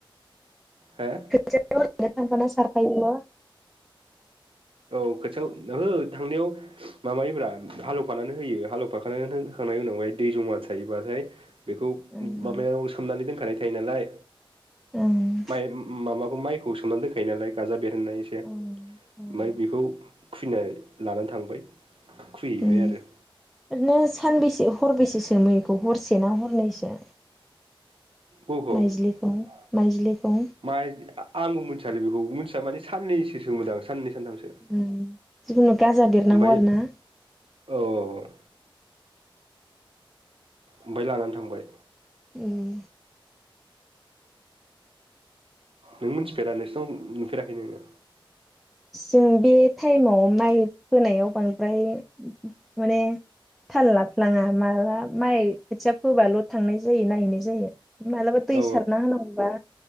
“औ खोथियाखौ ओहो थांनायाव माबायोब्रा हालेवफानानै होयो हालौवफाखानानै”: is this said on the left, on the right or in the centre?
Right